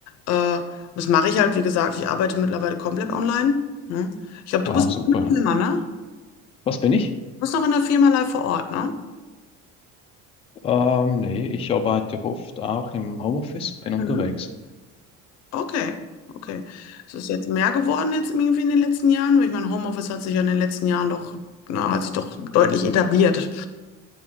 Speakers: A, on the left; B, on the left.
A: Äh, das mache ich halt, wie gesagt, ich arbeite mittlerweile komplett online. Ne? Ich glaube, du
B: Wow,
A: bist noch
B: super.
A: in der
B: ja.
A: Firma, ne?
B: Was bin ich?
A: Du bist noch in der Firma live vor Ort, ne?
B: Ähm, nee, ich arbeite oft auch im Homeoffice, und bin unterwegs.
A: Mhm. Okay, okay. Ist es jetzt mehr geworden jetzt irgendwie in den letzten Jahren? weil Ich meine, Homeoffice hat sich ja in den letzten Jahren doch, na, hat sich doch deutlich etabliert.